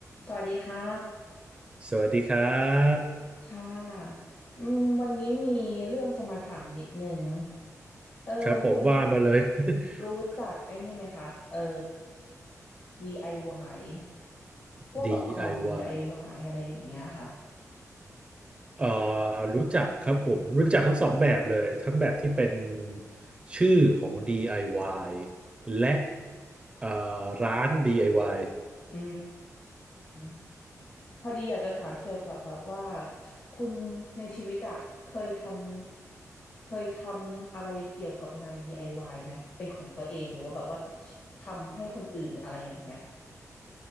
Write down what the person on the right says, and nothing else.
สวัสดีครับ
ครับผมว่ามาเลย <laughs>
DIY
เอ่อรู้จักครับผมรู้จักทั้งสองแบบเลยทั้งแบบที่เป็นชื่อของ DIY และเอ่อร้าน DIY